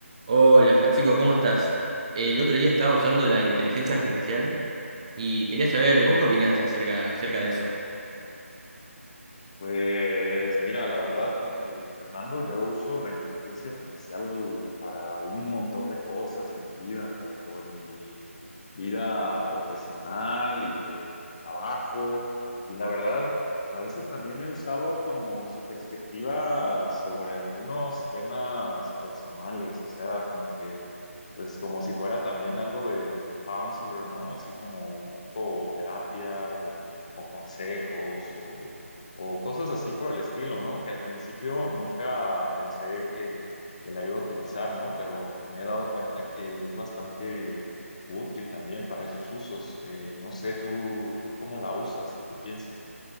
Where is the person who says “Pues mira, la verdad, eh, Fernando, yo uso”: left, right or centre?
Left